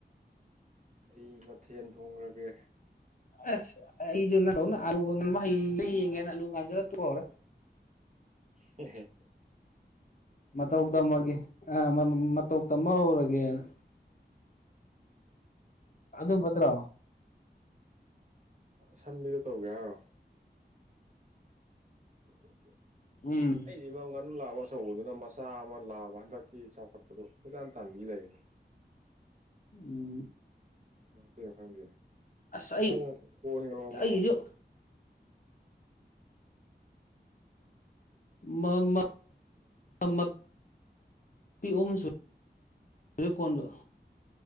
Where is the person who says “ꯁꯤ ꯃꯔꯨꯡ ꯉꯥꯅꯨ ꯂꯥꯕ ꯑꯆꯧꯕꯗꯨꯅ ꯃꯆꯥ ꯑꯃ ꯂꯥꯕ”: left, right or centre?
Right